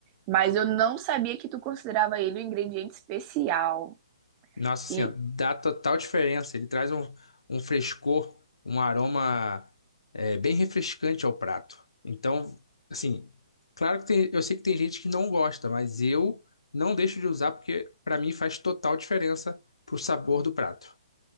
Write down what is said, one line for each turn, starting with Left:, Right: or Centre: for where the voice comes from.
Right: Mas eu não sabia que tu considerava ele um ingrediente especial.
Left: Nossa Senhora,
Right: E,
Left: dá total diferença. Ele traz um, um frescor, um aroma é, bem refrescante ao prato. Então, assim, claro que tem, eu sei que tem gente que não gosta, mas eu não deixo de usar porque para mim faz total diferença pro sabor do prato.